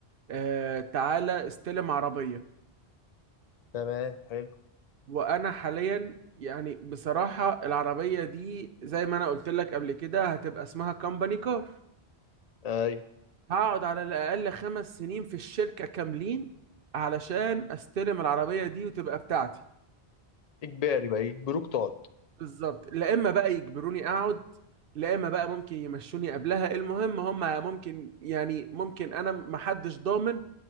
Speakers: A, on the right; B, on the left.
A: آه تعالى استلم عربية
B: تمام حلو
A: وأنا حاليا يعني بصراحة العربية دي زي ما أنا قلت لك قبل كده هتبقى اسمها كومباني كار
B: ايوه
A: هقعد على الأقل خمس سنين في الشركة كاملين علشان استلم العربية دي وتبقى بتاعتي
B: اجباري بقى يجبروك تقعد
A: بالظبط لا اما بقى يجبروني اقعد لا اما بقى ممكن يمشوني قبلها المهم هم ممكن يعني ممكن انا محدش ضامن